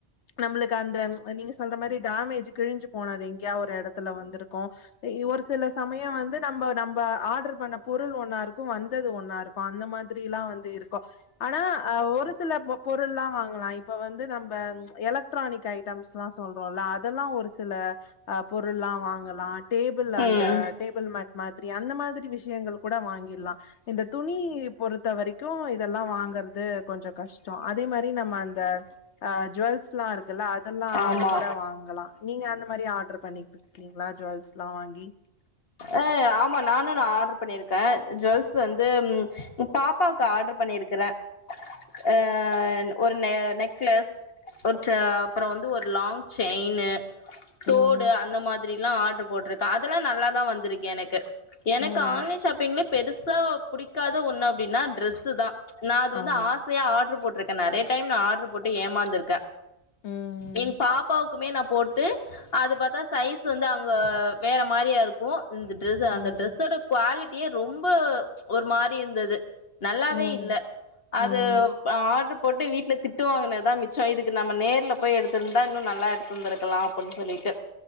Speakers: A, on the left; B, on the left.
A: நம்மளுக்கு அந்த நீங்க சொல்ற மாரி டமேஜ் கிழி்ஞ்சு போனது எங்கேயா ஒரு எடத்துல வந்து க்கு ஒரு சில சமயம் வந்து நம்ப - நம்ப ஆர்டர் பண்ண பொருள் ஒண்ணாருக்கு வந்தது ஒன்னாருக்கு அந்த மாதிரில்லா வந்து இருக்கு ஆனா அ ஒரு சில பொருள்லாம் வாங்கலாம் இப்ப வந்து நம்ம எலக்ட்ரானிக்ஸ் ஐட்டம்ஸ்ல்லா சொல்றோம்ல்ல அதெல்லா ஒரு சில அஹ் பொருள்ல்லா வாங் லாம் டேபிள் அந்த
B: ம்
A: டேபிள் மேட் மாதிரி அந்த மாதிரி விஷயங்கள் கூட வாங்கிட்லா இந்த துணி பொறுத்த வரிக்கு இதெல்லா வாங்கர்து கொஞ்ச கஷ்டம் அதே மாரி நம்ம அந்த ஆஹ் ஜுவல்ஸ்லா இருக்குல அதெல்லா
B: ஆமா
A: கூட வாங்கலா நீங்க அந்த மாரி ஆர்டர் பண்ணி இருக்கீ ங்களா ஜுவல்ஸ்லா வாங்கி
B: ஆ ஆமா நானு நா ஆடர் பண்ணிருக்க ஜுவல்ஸ் வந்து உ பாப்பாவுக்கு ஆட்ரு பண்ணிருக்கற ஹ ஒரு நெ நெக்லஸ் ஒரு ச அப்பற வந்து ஒரு லாங் செயின்னு
A: ம்
B: தோடு அந்த மாதிரில்லா ஆ போட்டிருக்கா அதெல்லா நல்லாதா வந்திருக்கு என் -க்கு எனக்கு
A: ம்
B: ஆன்லைன் ஷாப்பிங்லே பெருசா புடிக்காத ஒண்ணு அப்டின்னா டிரரெஸ்சு தா நா அது வந்து
A: ஆமா
B: ஆசையா ஆட்ரு போட்டிருக்க நறய - ய டைம் நா ஆட்ரு போட்டு ஏமாந்துருக்க
A: ம்
B: எங் பாப்பாவுக்குமே நா போட்டு அது பார்த்தா சைஸ் வந்து அங்க வேற மாரியா இருக்கு இந் ஸ்
A: ம்
B: அந்த டிரஸ்ஸோட குவா எ ரொம்ப ஒரு மாறி இருந்தது நல்லாவே
A: ம்
B: இல்ல அது
A: ம்
B: ஆர் போட்டு வீட்ல திட்டு வாங்கினதா மிச்ச இதுக்கு நம்ம நேர்ல போய் எடுத்துருந்தா இன்னு நல்லா எடுத்துருந்துருக்கலா அப்படினு சொல்லிட்டு